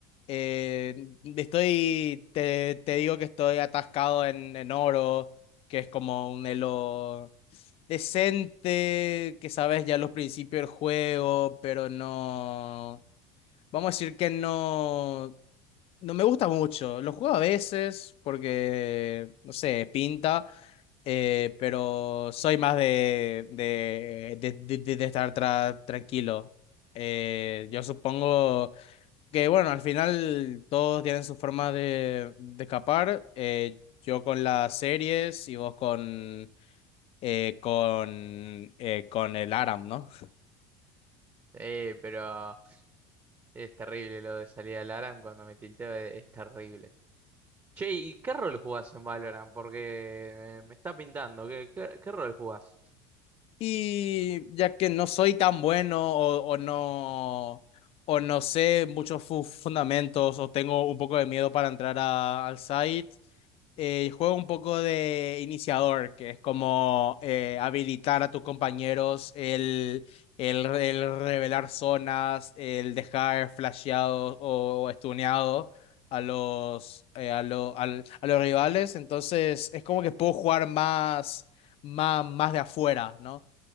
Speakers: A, on the left (about 50°); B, on the right (about 25°).
A: Eh, estoy, te, te digo que estoy atascado en, en oro, que es como un elo decente, que sabes ya los principios del juego, pero no, vamos a decir que no, no me gusta mucho. Lo juego a veces porque, no sé, pinta. Eh, pero soy más de, de, de, de- de de estar tra- tranquilo. Eh, yo supongo que, bueno, al final todos tienen su forma de, de escapar. Eh, yo con las series y vos con, eh, con, eh, con el Aram, ¿no?
B: Eh, pero es terrible lo de salir al ARAM cuando me tilteo, e- es, terrible. Che, ¿y qué rol jugás en Valorant? Porque me, me está pintando, ¿qué, qué, qué rol jugás?
A: Y ya que no soy tan bueno o, o no o no sé muchos fu- fundamentos o tengo un poco de miedo para entrar a- al site, eh, juego un poco de iniciador, que es como eh, habilitar a tus compañeros el, el, el revelar zonas, el dejar flasheado o stuneado a los, eh, a, lo- al- a los rivales. Entonces es como que puedo jugar más, más, más de afuera, ¿no?